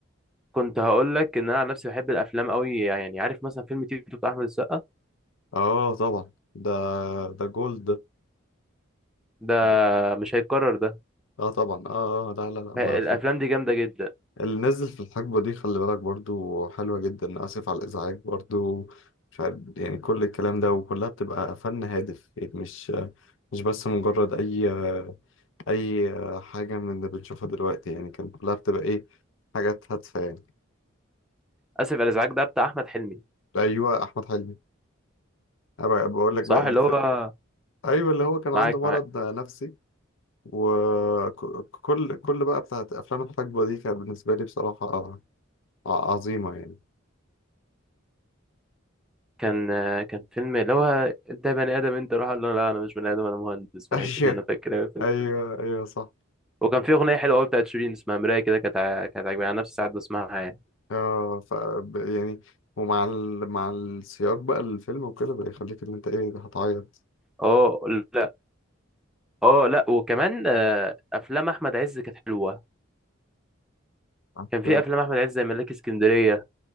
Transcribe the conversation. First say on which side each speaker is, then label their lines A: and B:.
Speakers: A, in the centre; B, on the left.
A: كنت هقول لك ان انا عن نفسي بحب الافلام قوي يعني عارف مثلا فيلم تيتو بتاع احمد السقا
B: اه طبعا ده ده جولد ده.
A: ده
B: ده-
A: مش هيتكرر ده
B: اه طبعا اه آه، لا لا لا ما
A: ه-
B: في
A: الافلام دي جامده جدا
B: اللي نزل في الحقبة دي خلي بالك برضو حلوة جدا آسف على الإزعاج برضو مش عارف يعني كل الكلام ده وكلها بتبقى فن هادف يعني مش مش بس مجرد أي أي حاجة من اللي بنشوفها دلوقتي يعني كان كلها بتبقى إيه حاجات هادفة يعني
A: اسف على الازعاج ده بتاع احمد حلمي
B: أيوة أحمد حلمي أبقى بقول لك
A: صح
B: بقى الف...
A: اللي هو
B: أيوة اللي هو كان
A: معاك
B: عنده مرض
A: معاك
B: نفسي وكل كل بقى بتاعت أفلام الحقبة دي كانت بالنسبة لي بصراحة آه، عظيمة يعني
A: كان كان فيلم اللي هو انت بني ادم انت روح قال له لا انا مش بني ادم انا مهندس
B: <laughs>
A: في الحته
B: أيوة
A: دي انا فاكر قوي الفيلم
B: أيوة أيوة صح
A: وكان في اغنيه حلوه قوي بتاعت شيرين اسمها مرايه كده كانت ع- كانت عاجباني انا نفسي ساعات بسمعها يعني
B: اه ف ب- يعني ومع ال... مع السياق بقى الفيلم وكده بقى يخليك ان انت ايه ده هتعيط
A: اه لا اه لا وكمان آه، افلام احمد عز كانت حلوه
B: عارفة؟
A: كان في افلام احمد عز زي ملاك اسكندريه